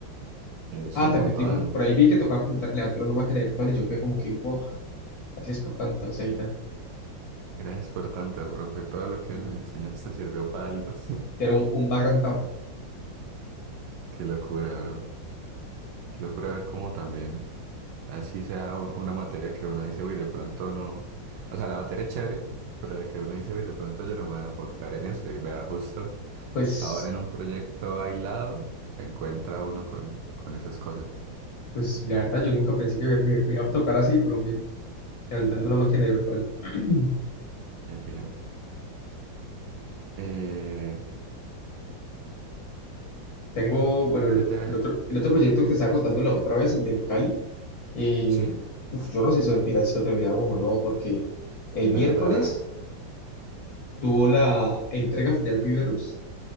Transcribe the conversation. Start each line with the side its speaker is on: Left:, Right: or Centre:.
Right: es
Left: Ah,
Right: un
Left: también
Right: montón.
Left: dijo, por ahí vi que tocaba juntar, levantar una máquina virtual y yo quedé como que, wow, gracias por tanto, Seita.
Right: Gracias por tanto, profe, todo lo que
Left: Mm.
Right: nos enseñaste sirvió para algo. <laughs>
Left: Era un, un background tap.
Right: Qué locura, bro, qué locura ver cómo también Así sea u- una materia que uno dice, uy, de pronto no. O sea, la materia es chévere, pero de que uno dice, uy, de pronto yo no me voy a enfocar en eso. Y vea, justo
Left: Pues,
Right: ahora en un proyecto aislado se encuentra uno con, con esas cosas.
Left: pues la verdad, yo nunca pensé que me, me- me iba a tocar así, pero bien, levantando una máquina virtual. <clears throat>
Right: Es bien. Eh,
Left: Tengo, bueno, el,
Right: yo te.
Left: el otro, el otro proyecto que te estaba contando la otra vez, el del Cali. eh,
Right: Sí,
Left: uf, yo no sé eso del final si lo terminamos o no, porque el
Right: ¿verdad?
Left: miércoles tuvo la entrega final Viveros